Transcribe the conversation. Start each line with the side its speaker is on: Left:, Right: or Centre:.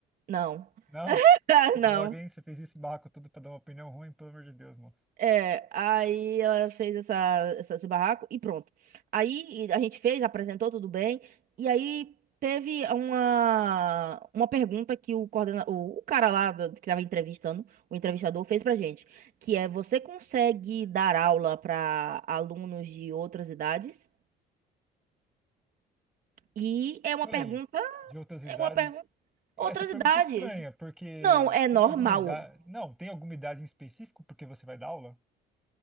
Right: Não.
Centre: Não?
Right: <laughs>
Centre: Que droga,
Right: Não.
Centre: hein? Você fez esse barraco tudo pra dar uma opinião ruim, pelo amor de Deus, moço.
Right: É, aí ela fez essa, essa- esse barraco e pronto. Aí a gente fez, apresentou tudo bem. E aí teve uma, uma pergunta que o, coordena, o, o cara lá da- que tava entrevistando, o entrevistador, fez pra gente, que é você consegue dar aula para alunos de outras idades? E é uma
Centre: Por
Right: pergunta,
Centre: aí, de outras idades.
Right: é uma pergunta,
Centre: Essa
Right: outras
Centre: pergunta
Right: idades.
Centre: é estranha, porque
Right: Não, é normal.
Centre: tem alguma idade. Não, tem alguma idade em específico porque você vai dar aula?